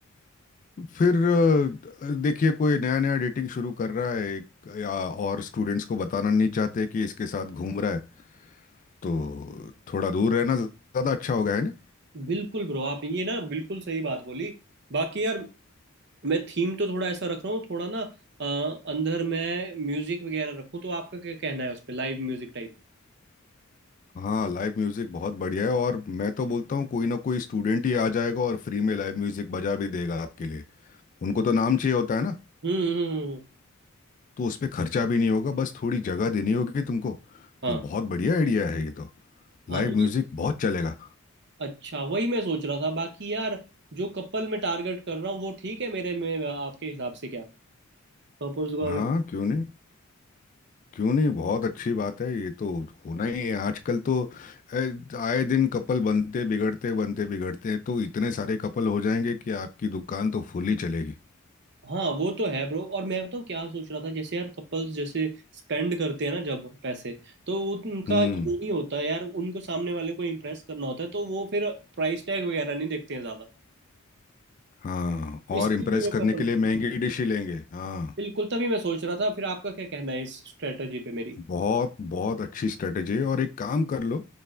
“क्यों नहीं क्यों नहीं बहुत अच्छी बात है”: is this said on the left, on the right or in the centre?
Left